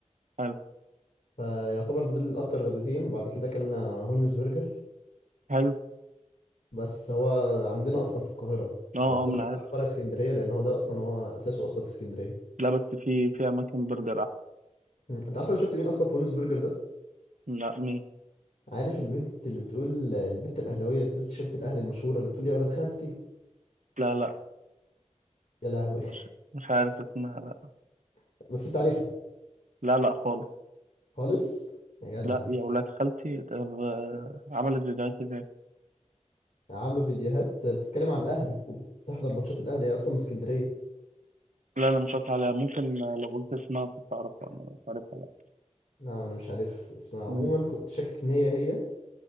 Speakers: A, on the right; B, on the left.
A: حلو
B: فيعتبر دول اكتر غدوتين بعد كده اكلنا هولمز برجر
A: حلو
B: بس هو عندنا اصلا في القاهره
A: اه
B: بس
A: اه من
B: قلنا
A: عارف
B: نجرب فرع اسكندريه لان هو ده اصلا هو اساسه اصلا في اسكندريه
A: لا بس في في أماكن برجر أحسن
B: مم. انت عارف انا شفت مين اصلا في هولمز برجر ده
A: لا مين
B: عارف البنت اللي بتقول البنت الاهلاويه اللي بتلبس تيشيرت الاهلي المشهوره اللي بتقول يا ولاد خالتي
A: لا لا
B: يا لهوي
A: مش مش عارف اسمها لا
B: <laughs> بس انت عارفها
A: لا لا خالص
B: خالص يا جدع
A: لا يا ولاد خالتي طب آه، عملت فيديوهات ازاي
B: عامله فيديوهات بتتكلم عن الاهلي وبتحضر ماتشات الاهلي هي اصلا من اسكندريه
A: لا لا مش قصدي عليها ممكن آه، لو قلت اسمها كنت أعرفها أنا مش عارفها لا
B: لا انا مش عارف اسمها
A: مم.
B: عموما كنت شاكك ان هي هي